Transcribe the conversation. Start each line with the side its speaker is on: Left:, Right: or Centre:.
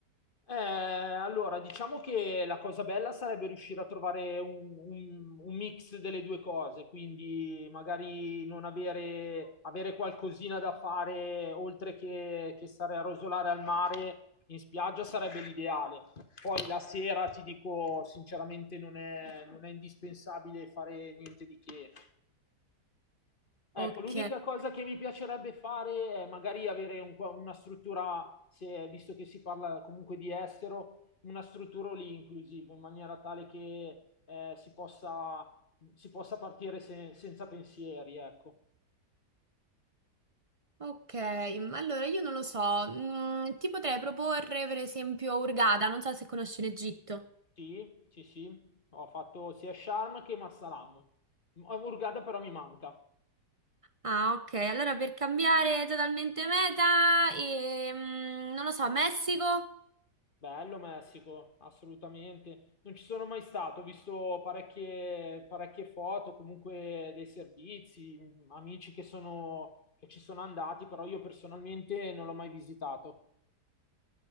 Left: Eh, allora, diciamo che la cosa bella sarebbe riuscire a trovare un, un- un mix delle due cose, quindi magari non avere, avere qualcosina da fare oltre che, che stare a rosolare al mare in spiaggia sarebbe l'ideale. Poi la sera, ti dico sinceramente, non è, non è indispensabile fare niente di che. Ecco,
Right: Ok.
Left: l'unica cosa che mi piacerebbe fare è magari avere un po' una struttura, se- visto che si parla comunque di estero, una struttura lì inclusive, in maniera tale che eh, si possa, si possa partire se- senza pensieri, ecco.
Right: Ok, ma allora io non lo so, Mm, ti potrei proporre per esempio Hurghada, non so se conosci l'Egitto.
Left: Sì, sì, sì, ho fatto sia Sharm che Marsalam. Hurghada però mi manca.
Right: Ah, ok. Allora per cambiare totalmente meta, ehm, non lo so, Messico?
Left: Bello Messico, assolutamente. Non ci sono mai stato, ho visto parecchie, parecchie foto, comunque dei servizi, mh, amici che sono, che ci sono andati, però io personalmente non l'ho mai visitato.